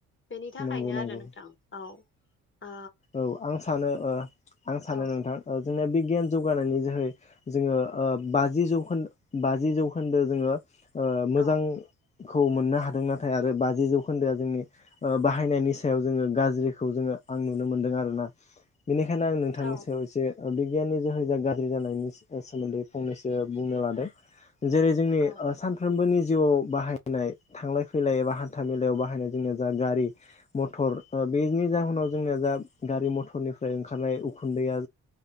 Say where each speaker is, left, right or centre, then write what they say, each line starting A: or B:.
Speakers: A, on the left; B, on the left.
A: बेनि थाखायनो
B: नंगौ नंगौ
A: आरो नोंथां औ ओ
B: औ आं सानो आं सानो
A: औ
B: नोंथां जोंनिया बिगियान जौगानायनि जोै जोङो बाजि जौखोन्दो बाजि जौखोन्दो जोङो ओ मोजां
A: औ
B: खौ मोननो हादों नाथाय आरो बाजि जौखोन्दोआ जोंनि बाहायनायनि सायाव जोङो गाज्रिखौ जोङो आं नुनो मोनदों आरोोयना बेनिखायनो आं नोंथांनि
A: औ
B: सायाव एसे बिगियाननि जोहैजो गाज्रि जानायनि सोमोन्दै फंनैसो बुंनो लादों जेरै जोंनि
A: औ
B: सानफ्रोमबोनि जिउआव बाहायनाय थांलाय फैलाय एबा हान्था मेलायाव बाहायनाय जोंनिया जा गारि मथर बेनि जाहोनाव जोंना जा गारि मथरनिफ्राय ओंखारनाय उखुन्दैया